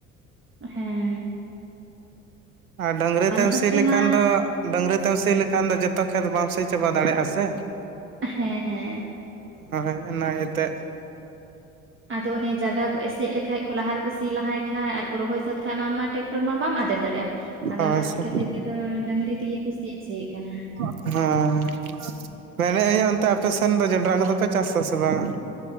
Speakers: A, on the right; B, on the right.
A: ᱦᱮᱸ᱾
B: ᱟᱨ ᱰᱟᱹᱝᱨᱤ
A: ᱟᱞᱮ
B: ᱛᱮᱢ
A: ᱱᱚᱛᱮ
B: ᱥᱤ ᱞᱮᱠᱷᱟᱱ
A: ᱢᱟ
B: ᱫᱚ ᱰᱟᱹᱝᱨᱤ ᱛᱮᱢ ᱥᱤ ᱞᱮᱠᱷᱟᱱ ᱫᱚ ᱡᱚᱛᱚ ᱠᱷᱮᱛ ᱵᱟᱢ ᱥᱤ ᱪᱟᱵᱟ ᱫᱟᱲᱮᱭᱟᱜᱼᱟ ᱥᱮ᱾
A: ᱦᱮᱸ ᱦᱮᱸ᱾
B: ᱦᱳᱭ ᱚᱱᱟ ᱤᱭᱟᱹᱛᱮ
A: ᱟᱫᱚ ᱚᱱᱮ ᱡᱟᱜᱟ ᱠᱚ ᱮᱥᱮᱫ ᱞᱮᱠᱟᱡ ᱠᱚ ᱞᱟᱦᱟ ᱨᱮᱠᱚ ᱥᱤ ᱞᱟᱦᱟᱭ ᱠᱷᱟᱡ ᱟᱨ ᱠᱚ ᱨᱚᱦᱚᱭ ᱥᱟᱹᱛ ᱠᱷᱟᱡ ᱢᱟ ᱟᱢ ᱢᱟ ᱴᱨᱮᱠᱴᱚᱨ ᱢᱟ ᱵᱟᱢ ᱟᱫᱮᱨ ᱫᱟᱲᱮᱭᱟᱜᱼᱟ᱾ ᱟᱫᱚ
B: ᱦᱳᱭ
A: ᱚᱱᱟ
B: ᱥᱮ
A: ᱠᱷᱟᱹᱛᱤᱨ ᱛᱮᱫᱚ ᱰᱟᱹᱝᱨᱤ ᱛᱮᱜᱮ ᱠᱩ ᱥᱤ ᱚᱪᱚᱭᱮᱫ ᱠᱟᱱᱟ᱾
B: ᱦᱚᱸ, ᱢᱮᱱᱮᱫ ᱟᱹᱧ ᱚᱱᱛᱮ ᱟᱯᱮ ᱥᱮᱱ ᱫᱚ ᱡᱚᱱᱰᱨᱟ ᱠᱚᱫᱚ ᱯᱮ ᱪᱟᱥᱟ ᱥᱮ ᱵᱟᱝ?